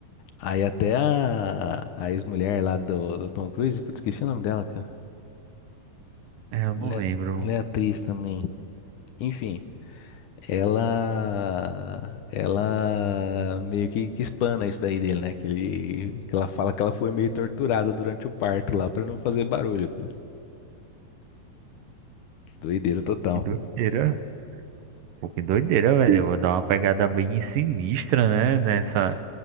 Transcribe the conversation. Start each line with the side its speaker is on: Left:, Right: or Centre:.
Left: Aí até a, a ex-mulher lá do, do Tom Cruise, putz, esqueci o nome dela, cara.
Right: É, eu não
Left: Ela
Right: lembro.
Left: é, ela é atriz também. Enfim, ela ela meio que, que espana isso daí dele, né? Que, ele, que ela fala que ela foi meio torturada durante o parto lá pra não fazer barulho, cara. Doideira
Right: Pô,
Left: total.
Right: que doideira. Pô, que doideira, velho. Eu vou dar uma pegada bem sinistra, né? Nessa.